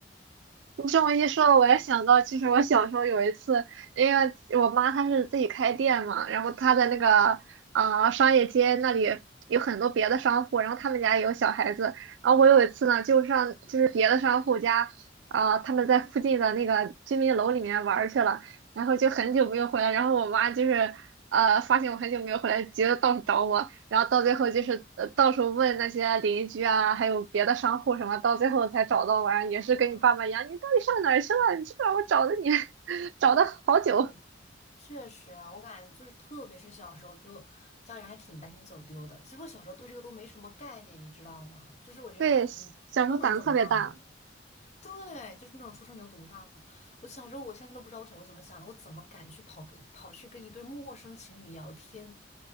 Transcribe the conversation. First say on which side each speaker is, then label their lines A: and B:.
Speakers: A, on the right (about 80°); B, on the left (about 40°).
A: 你这么一说，我也想到，其实我小时候有一次，因为我妈她是自己开店嘛，然后她在那个呃商业街那里有很多别的商户，然后他们家也有小孩子，然后我有一次呢，就上就是别的商户家，啊、他们在附近的那个居民楼里面玩儿去了，然后就很久没有回来，然后我妈就是呃发现我很久没有回来，急得到处找我。然后到最后就是呃到处问那些邻居啊，还有别的商户什么，到最后才找到完，也是跟你爸爸一样，
B: <laughs>”
A: 你到底上哪儿去了？你知不知道我找的你，<laughs> 找的好久。
B: 嗯，确实啊我感觉就是，特别是小时候，就家人还挺担心走丢的。其实我小时候对这个都没什么概念，你知道吗？就是我觉得，
A: 对，小时候胆子特别大，
B: 嗯，又能怎么样呢？对，就是那种初生牛犊不怕虎。我小时候，我现在都不知道我小时候怎么想的，我怎么敢去跑跟跑去跟一对陌生情侣聊天？